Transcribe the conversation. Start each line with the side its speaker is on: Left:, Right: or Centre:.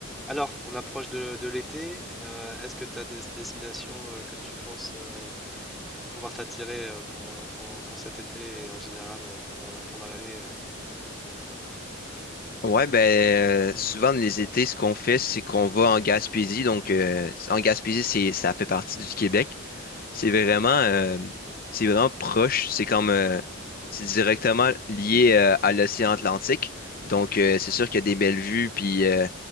Centre: Alors, on approche de, de l'été. euh, est-ce que tu as des destinations euh, que tu penses euh, pouvoir t'attirer euh, pour, euh, pour, pour cet été et en général euh, pendant la- pendant l'année euh
Left: Ouais, ben euh, souvent les étés, ce qu'on fait, c'est qu'on va en Gaspésie. Donc euh, en Gaspésie, c'est ça fait partie du Québec. C'est vraiment euh, c'est vraiment proche. C'est comme euh, c'est directement lié euh, à l'océan Atlantique. Donc euh, c'est sûr qu'il y a des belles vues puis euh,